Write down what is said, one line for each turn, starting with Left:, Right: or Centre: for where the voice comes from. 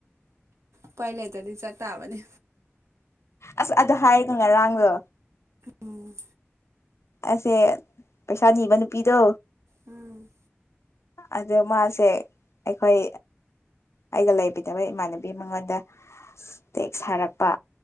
Right: ꯎꯄꯥꯏꯂꯩꯇ꯭ꯔꯗꯤ ꯆꯠꯇꯥꯕꯅꯤ
Left: ꯑꯁ ꯑꯗꯨ ꯍꯥꯏꯔꯒ ꯉꯔꯥꯡꯗꯣ
Right: ꯎꯝ
Left: ꯑꯁꯦ ꯄꯩꯁꯥ ꯅꯤꯕ ꯅꯨꯄꯤꯗꯣ
Right: ꯎꯝ
Left: ꯑꯗ ꯃꯥꯁꯦ ꯑꯩꯈꯣꯏ ꯑꯩꯒ ꯂꯩꯕꯤꯗꯕ ꯏꯃꯥꯟꯅꯕꯤ ꯃꯉꯣꯟꯗ ꯇꯦꯛꯁ ꯊꯥꯔꯛꯄ